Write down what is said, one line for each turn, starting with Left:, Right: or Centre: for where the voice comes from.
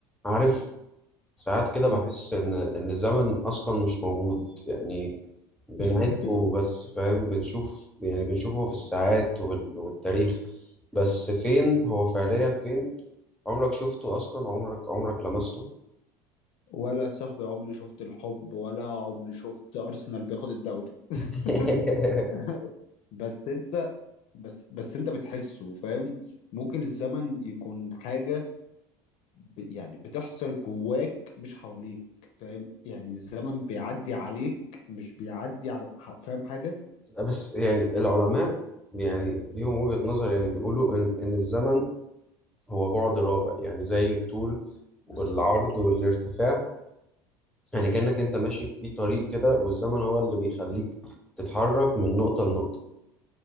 Centre: عارف ساعات كده
Left: مم.
Centre: بحس إن إن الزمن أصلا مش موجود يعني بنعده
Left: <laughs>
Centre: بس فاهم بنشوف يعني بنشوفه في الساعات وال- والتاريخ بس فين هو فعليا فين عمرك شفته أصلا عمرك عمرك لمسته
Left: ولا صاحبي عمري شفت الحب ولا عمري شفت ارسنال بياخد الدوري <laughs>
Centre: <laughs>
Left: بس انت بس بس انت بتحسه فاهم ممكن الزمن يكون حاجة ب- يعني بتحصل جواك مش حواليك فاهم يعني الزمن بيعدي عليك مش بيعدي على ح- فاهم حاجة
Centre: بس يعني العلماء يعني ليهم وجهة نظر يعني بيقولوا إن إن الزمن هو بعد رابع يعني زي الطول والعرض
Left: بالظبط
Centre: والارتفاع يعني كأنك انت ماشي في طريق كده والزمن هو اللي بيخليك تتحرك من نقطة لنقطة